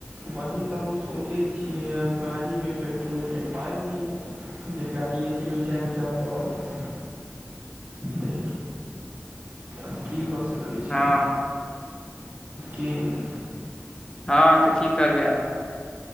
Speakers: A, on the right; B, on the left.
A: वही तऽ हम सोचै छियै गाड़ीमे पेट्रोलके पाइ नहि यऽ जे गाड़ी स निकैल जाउ आउ तऽ आब की कऽ सकै छियै
B: हँ
A: क
B: हँ तऽ की करबै आब